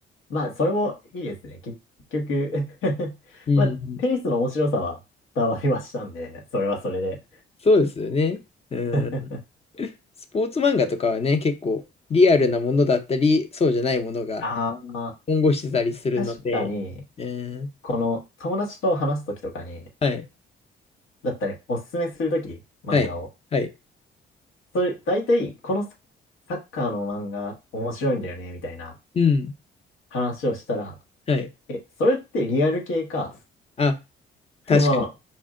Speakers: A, on the left; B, on the left.
A: まあ、それもいいですね。結局 <laughs>
B: うん。
A: まあ、テニスの面白さは伝わりましたんで、それはそれで。
B: そうですよね。うん。
A: <laughs>
B: スポーツ漫画とかはね、結構リアルなものだったり、そうじゃないものが
A: ああ、まあ
B: 混合してたりするので、
A: 確かに、
B: うん。
A: この友達と話すときとかに、
B: はい。
A: だったり、おすすめするとき、漫画を。
B: はい。はい。
A: それ、大体、このササッカーの漫画面白いんだよね、みたいな
B: うん。
A: 話をしたら、
B: はい。
A: え、それってリアル系か、
B: あ、
A: <laughs>
B: 確かに。
A: まあ、